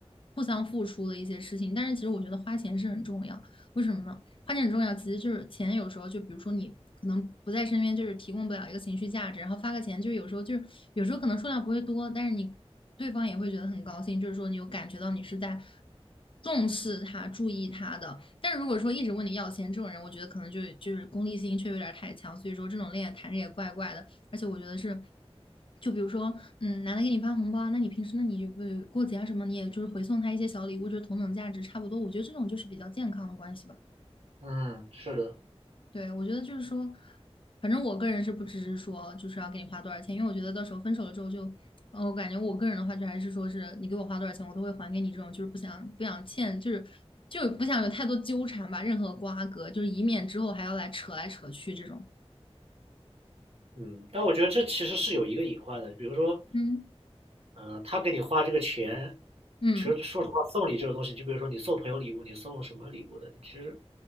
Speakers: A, on the left; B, on the right.
A: 互相付出的一些事情。但是其实我觉得花钱是很重要，为什么呢？花钱很重要，其实就是钱，有时候就比如说你可能不在身边，就是提供不了一个情绪价值，然后发个钱，就是有时候就是有时候可能数量不会多，但是你对方也会觉得很高兴，就是说你有感觉到你是在重视他、注意他的。但如果说一直问你要钱这种人，我觉得可能就就是功利心却有点太强，所以说这种恋爱谈着也怪怪的。而且我觉得是，就比如说，嗯，男的给你发红包啊那你平时那你就不过节啊什么，你也就是回送他一些小礼物，就是同等价值差不多。我觉得这种就是比较健康的关系吧。
B: 嗯，是的，
A: 对，我觉得就是说，反正我个人是不支持说就是要给你花多少钱，因为我觉得到时候分手了之后就，呃，我感觉我个人的话就还是说是你给我花多少钱，我都会还给你这种，就是不想不想欠，就是就不想有太多纠缠吧，任何瓜葛，就是以免之后还要来扯来扯去这种。
B: 嗯，但我觉得这其实是有一个隐患的，比如说，
A: 嗯
B: 呃，他给你花这个钱，
A: 嗯
B: 其实说实话，送礼这种东西，就比如说你送朋友礼物，你送什么礼物的，你其实